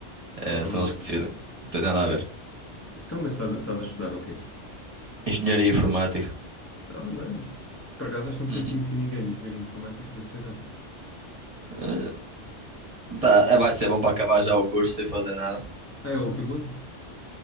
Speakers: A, on the right; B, on the left.
A: É,
B: Ah.
A: são eles que decidem. Não tem nada a ver.
B: Então, mas estás, a estás a estudar o quê?
A: Engenharia informática.
B: Ah, nice. Por acaso acho que nunca
A: Uhum.
B: conheci ninguém de engenharia informática que fizesse Erasmus.
A: Eh,
B: Isso
A: Tá,
B: é,
A: eh, vai ser bom para acabar já o curso sem fazer nada.
B: Ah, é o último ano?